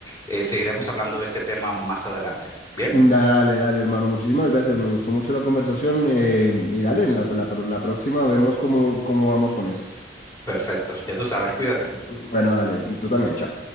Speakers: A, on the left; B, on the left.
A: eh, seguiremos hablando de este tema más adelante. Bien,
B: Dale, dale, hermano. Muchísimas gracias. Me gustó mucho la conversación. eh, y dale, en la, la- la próxima vemos cómo, cómo vamos con esto.
A: perfecto. Ya tú sabes, cuídate.
B: Bueno, dale. Tú también. Chao.